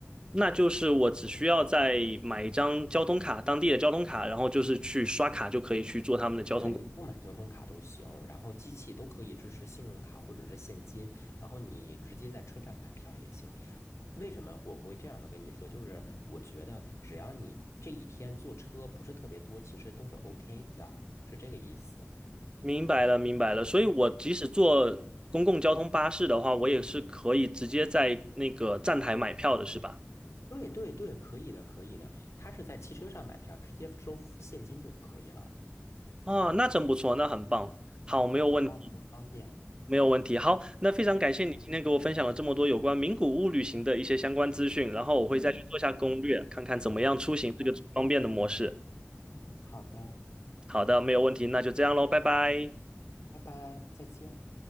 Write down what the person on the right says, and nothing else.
那就是我只需要再买一张交通卡，当地的交通卡，然后就是去刷卡就可以去做他们的交通工
明白了，明白了。所以我即使坐公共交通巴士的话，我也是可以直接在那个站台买票的，是吧？
啊，那真不错，那很棒。好，没有问题，
没有问题。好，那非常感谢你今天给我分享了这么多有关名古屋旅行的一些相关资讯，
然后我会再去做下攻略，
看看怎么样出行这个最方便的模式。
好的，没有问题，那就这样喽，拜拜。